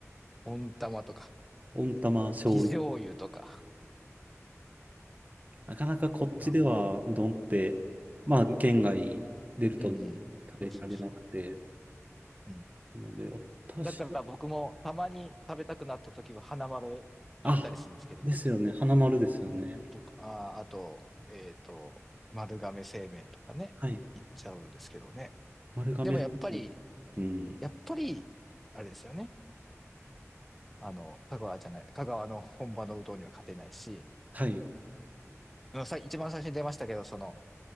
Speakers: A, in the centre; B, on the right.
A: 温玉とか、
B: 温玉醤油
A: 生醤油とか。
B: なかなかこっちではうどんって、
A: あ
B: まあ、県外出るとね
A: うん。
B: 食べられなくて、
A: そうそうそう。うん。
B: なので、私は、
A: だから僕もたまに食べたくなった時は花丸行ったりするんですけど、
B: あ、ですよね、花丸ですよね。
A: うん、とか、あ、あと、えっと、丸亀製麺とかね、
B: はい。
A: 行っちゃうんですけどね。
B: 丸亀製麺。
A: でもやっぱり、
B: うん。
A: やっぱり、あれですよね。あの、香川じゃない、香川の本場のうどんには勝てないし、
B: はい。
A: うんさ、一番最初に出ましたけど、その、